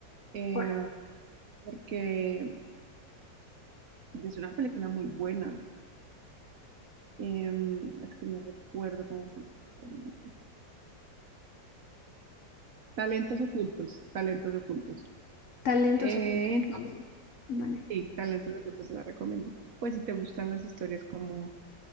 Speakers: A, on the right (about 55°); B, on the left (about 60°).
A: eh,
B: Por
A: porque es una película muy buena. Em, es que no recuerdo cómo se llama. Talentos ocultos, talentos ocultos.
B: talentos
A: Eh,
B: ocultos.
A: entonces,
B: Ok. Vale.
A: sí, talentos ocultos te la recomiendo. Pues si te gustan las historias como